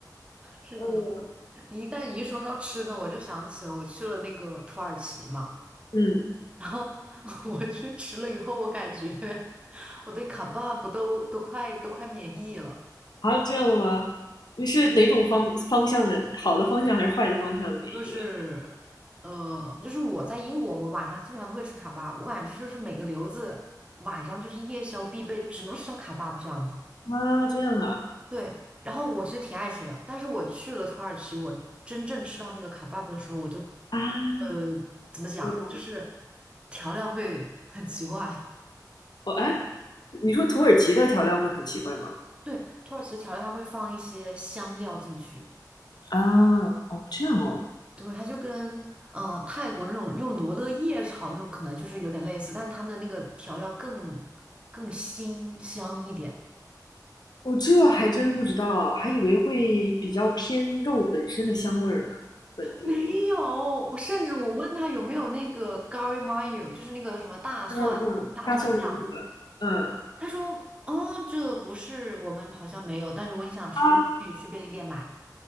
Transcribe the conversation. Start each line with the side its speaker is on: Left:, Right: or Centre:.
Right: 是的，
Left: 嗯
Right: 你一旦你一说到吃的，我就想起了我去了那个土耳其嘛，
Left: 嗯。
Right: 然后 <laughs> 我去吃了以后，我感觉 <laughs> 我对卡巴布都都快都快免疫了。
Left: 啊，这样的吗？你是哪种方方向的，好的方向还是坏的方向的免疫了？
Right: 就是呃，就是我在英国，我晚上基本上都会吃卡巴，我感觉就是每个留子晚上就是夜宵必备，只能吃到卡巴这样子。
Left: 啊，这样啊，
Right: 对，然后我其实挺爱吃的，但是我去了土耳其，我真正吃到那个卡巴布的时候，我就
Left: 啊，
Right: 呃怎么讲，
Left: 我懂了。
Right: 就是调料会很奇怪。
Left: 哦，哎，你说土耳其的调料会很奇怪吗？
Right: <laughs> 对，土耳其的调料它会放一些香料进去，
Left: 啊，哦，这样哦，
Right: 对，它就跟呃泰国那种用罗勒叶炒那种可能就是有点类似，但是他们的那个调料更更辛香一点。
Left: 我、哦这还真不知道，还以为会比较偏肉本身的香味儿呢，本地的。
Right: 没有，我甚至我问他有没有那个 gari mayo，就是那个什么大蒜大蒜酱，
Left: 嗯嗯，大蒜的那个，嗯
Right: 他说，嗯，这不是我们好像没有，但如果你想吃的话，
Left: 啊，
Right: 可以去便利店买。